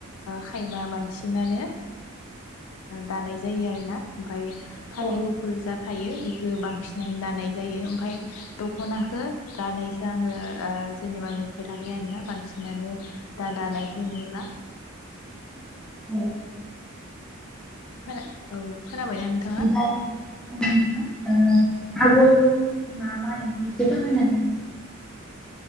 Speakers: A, on the left; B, in the centre.
A: खायमा बांसिनानो दानाय जायो आरोना ओमफाय फालि
B: औ
A: गुफुर जा थायो इखौ बांसिनानो दानाय जायो ओमफाय दख'नाखौ दानायखौ आंङो जेनेबा नुफेराखै आरोना बांसिनानो दा दानायखौ नुला
B: औ
A: खोना औ खोनाबायना नोंथाङा?
B: उम उम आगरखौ मा मा एवनो एसे फोरमायनांगोन